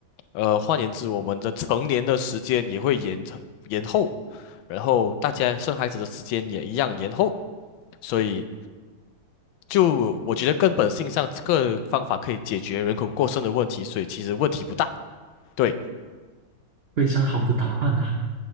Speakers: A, on the left; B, on the right.
A: 呃，换言之，我们的成年的时间也会延长延后，然后大家生孩子的时间也一样延后。所以，就我觉得根本性上，这个方法可以解决人口过剩的问题，所以其实问题不大。对，
B: 非常好的答案啊，